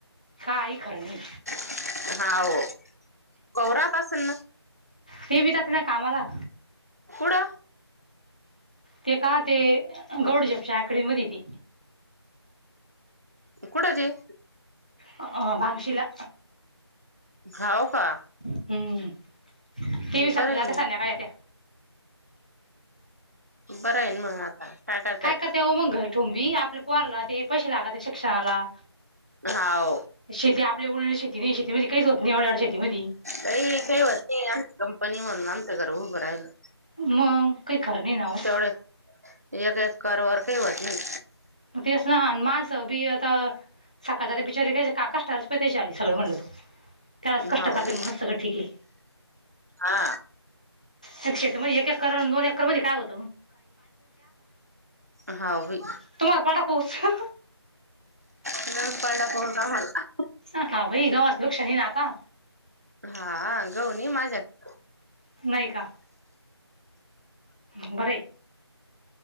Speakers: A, on the left (about 15°); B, on the right (about 35°).
A: काही खर नाही.
B: <inaudible> हा ओ कोरात असल ना.
A: ते बी जाते ना कामाला
B: कुढ?
A: ते का ते गौडी जपच्या आक्रिमध्ये ती
B: कुठ ते?
A: अ अ भांगशी ला
B: खाऊ का.
A: हम्म ते बी सकाळी
B: बरं आहे
A: जात्यात,
B: मग
A: संध्याकाळी येत्या.
B: बरं आहेन मग आत हय <unintelligible>
A: काय करत्या हो मग घर ठेवून बी, आपल्या पोराला ते पैसे लागत्या शिक्षणाला
B: हाव
A: शेती आपल्या उरली शेती नाही शेतीमध्ये काहीच होत नाही एवढ्या एवढ्या शेतीमधी.
B: बाई काही होत नाही, आमची कंपनी म्हणून आमचं घर उभं राहिलं.
A: मग काही खर नई ना व.
B: तेवढे एक एकर वरती होत नाही.
A: पण तेस ना, माणस बी आता सकाळी जाता बिचारे त्यांचे काका स्टार च पैसे ते चाळीस सगळं म्हणलं, त्यावेळेस कष्ट
B: हाव
A: करत्या
B: बी
A: म्हणूनच सगळं ठीक आहे.
B: हा
A: तेक क्षेत्र मध्ये एक एकर आणि दोन एकर मध्ये काय होत.
B: <inaudible> हा बई
A: तुम्हाला पाठवू का उस.
B: निदान पाडला पाऊस आम्हाला <inaudible>
A: सांगा बाई गावात वृक्ष नाही ना आता.
B: हा हा गहु नाही माझ्यात
A: नाही का. बरय.